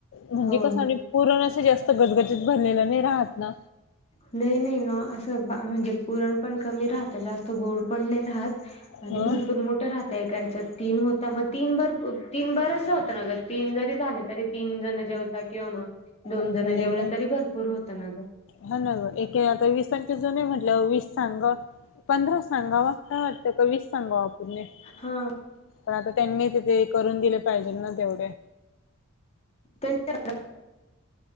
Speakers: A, on the left (about 60°); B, on the left (about 30°).
A: म्हणजे
B: हो
A: कस कोरोनाच जास्त गजगजत भरलेलं नाही राहतात ना
B: नाही, नाही ना असं म्हणजे पुरण पण कमी राहत जास्त गोड पण नाही राहत आणि
A: ह
B: भरपूर मो राहतय कायच्या तीन होता मग तीन भर, तीन भर असं होत ना तीन जरी झाले तरी तीन जण जेवता किंवा मग दोन
A: असं
B: जण
A: नाही
B: जेवलं
A: का
B: तरी भरपूर होता ना ग
A: हा ना ग एक आता वीस तारखे जो नाही म्हटलं वीस सांगा पंधरा सांगावा काय वाटतं का वीस सांगा पण
B: हा
A: आता त्यांनी तिथे करून दिले पाहिजे ना तेवढे
B: पच्या